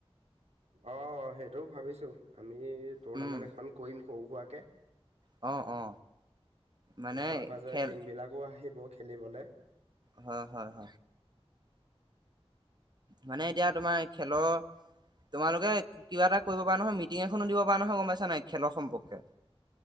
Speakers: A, on the right (about 85°); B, on the right (about 40°).
A: অ সেইটোও ভাবিছো আমি টুৰ্ণামেন্ট
B: উম
A: এখন কৰিম কৰুপোৱাকৈ
B: অ অ মানে
A: ওচৰে পজৰে
B: খেল
A: টিম বিলাকো আহিব খেলিবলৈ
B: হ হা হ মানে এতিয়া তোমাৰ খেলৰ তোমালোকে কিবা এটা কৰিব পৰাাৰা নহয় মিটিং এখনো দিব পৰাাৰা নহয় গম পাইছা নাই খেলৰ সম্পৰ্কে